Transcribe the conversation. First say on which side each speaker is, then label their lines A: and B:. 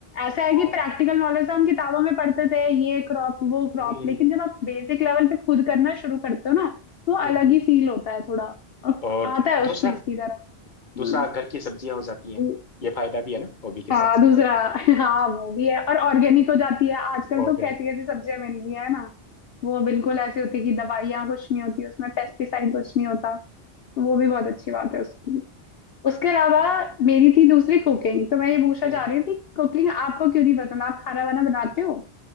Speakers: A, on the left (about 65°); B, on the left (about 50°).
A: ऐसा है
B: और
A: कि प्रैक्टिकल नॉलेज हम किताबों में पढ़ते थे ये क्रॉप वो क्रॉप
B: हम्म
A: लेकिन जब आप बेसिक लेवल पे खुद करना शुरू करते हो ना तो
B: हम्म
A: अलग
B: हम्म।
A: ही फील होता है थोड़ा और
B: और
A: आता है उस
B: दूसरा
A: चीज की तरफ
B: दूसरा
A: हाँ
B: घर की सब्जियां हो जाती हैं
A: दू-
B: ये फायदा भी है ना हॉबी के
A: हाँ,
B: साथ साथ
A: दूसरा
B: तो
A: <laughs> हाँ वो भी है और ऑर्गेनिक हो जाती है आजकल
B: ऑर्गेनिक
A: तो कैसी कैसी सब्जियां मिल रही है ना वो बिल्कुल ऐसी होती है कि दवाइयाँ कुछ नहीं होती उसमें पेस्टिसाइड कुछ नहीं होता तो वो भी बहुत अच्छी बात है उसकी उसके अलावा मेरी थी दूसरी कुकिंग तो मैं ये पूछना
B: हम्म
A: चाह रही थी कुकिंग आपको क्यों नहीं पसंद आप खाना वाना बनाते हो